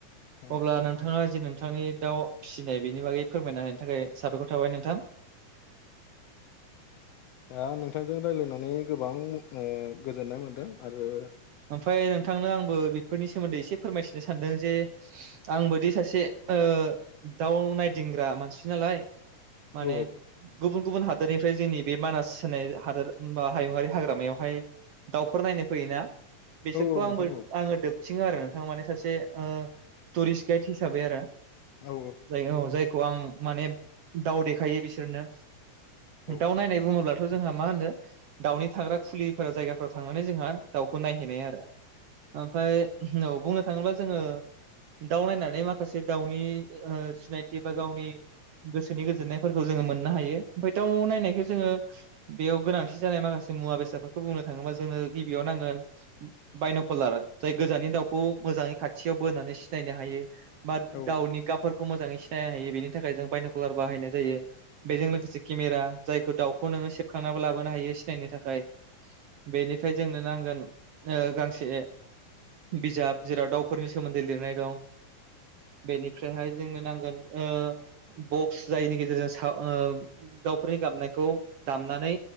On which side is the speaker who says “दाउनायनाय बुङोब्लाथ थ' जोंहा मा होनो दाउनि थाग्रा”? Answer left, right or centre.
Right